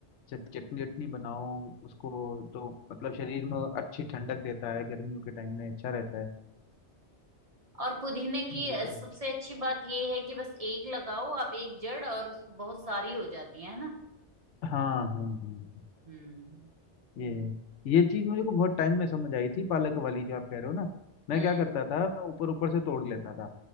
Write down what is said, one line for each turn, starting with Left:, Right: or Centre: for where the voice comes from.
Left: चट- चटनी चटनी बनाओ उसको तो मतलब शरीर में अच्छी ठंडक देता है गर्मियों के टाइम में अच्छा रहता है
Right: और पुदीने की
Left: ये
Right: अ,
Left: सब
Right: सबसे अच्छी बात ये है कि बस एक लगाओ आप एक जड़ और उस- बहुत सारी हो जाती है ना
Left: हाँ हाँ हाँ
Right: हम्म
Left: ये है ये चीज मुझे को बहुत टाइम में समझ आई थी पालक वाली जो आप कह रहे हो ना मैं
Right: हम्म
Left: क्या करता था मैं ऊपर ऊपर से तोड़ लेता था